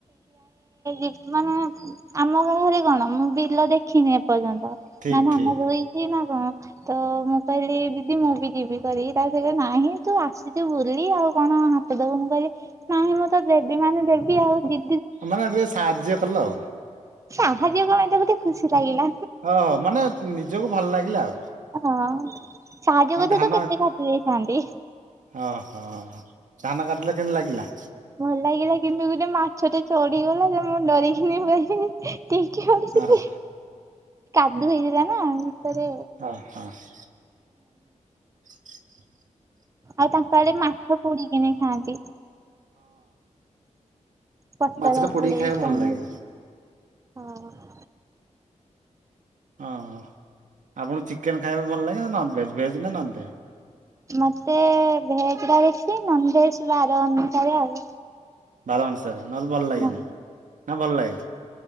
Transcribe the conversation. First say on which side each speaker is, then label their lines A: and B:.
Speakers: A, on the right; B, on the right.
A: ଇ ମାନେ ଆମ ଗାଁରେ କଣ ମୁଁ ବିଲ ଦେଖିନି ଏପର୍ଯ୍ୟନ୍ ତ
B: ଠିକ
A: ନା ମୁଁ
B: ଠିକ
A: ଆମ ରୋଇଚି ନା କଣ ତ ମୁଁ କହିଲି ଦିଦି ମୁଁ ବି ଯିବି କରି ତାପରେ ସିଏ କହେ ନାହିଁ ତୁ ଆସିଛୁ ବୁଲି ଆଉ କଣ ହାତ ଦବୁ ମୁଁ କହିଲି ନାହିଁ ମୁଁ ତ ଦେବି ମାନେ ଦେବି ଆଉ ଯି
B: ମାନେ ଯେ ସାହାଯ୍ୟ କଲ।
A: ସାହାଯ୍ୟ କଣ ଏଇଟା ଗୋଟେ ଖୁସି ଲାଗିଲା
B: ହଁ ମାନେ ନିଜକୁ ଭଲ ଲାଗିଲା।
A: ହଁ ସାହାଯ୍ଯ
B: ମାନେ
A: କରିଥିଲେ
B: ଧାନ
A: କେତେ କାଟି ଦେଇଥାଆନ୍ତି।
B: ଓହୋ ଧାନ କାଟିଲ କେମିତି ଲାଗିଲା?
A: ଭଲ ଲାଗିଲା କିନ୍ତୁ ଗୋଟେ ମାଛଟେ ଚଢିଗଲା ଯେ ମୁଁ ଡରିକିନି ବସିଲି। ଟେକି ଆଣିଥିଲି
B: ହଁ
A: କାଦୁଅ ହେଇଥିଲା ନା। ଭିତରେ
B: ହଁ, ହଁ। <unintelligible>
A: ଆଉ ତାଙ୍କ ଆଡେ ମାଛ ପୁଡିକିନି ଖାଆନ୍ତି। ପତର
B: ମାଛ ଟା ପୁଡିକି
A: ପୋଡେଇ
B: ଖାଇବା
A: କଣ
B: ଭଲ ଲାଗିବ।
A: ହଁ, ହଁ।
B: ଅଁ, ହଁ ଆପଣଙ୍କୁ ଚିକେନ୍ ଖାଇବା ଭଲ ଲାଗେ, ନନ ଭେଜ୍ ଭେଜ୍ ନା ନନ ଭେଜ୍?
A: ମୋତେ ଭେଜ୍ ଟା ବେଶି ନନଭେଜ୍ ବାର ଅନୁସାରେ ଆଉ।
B: ବାର ଅନୁସାରେ ନହେଲେ ଭଲ ଲାଗେନି?
A: ହଁ
B: ନା ଭଲ ଲାଗେ?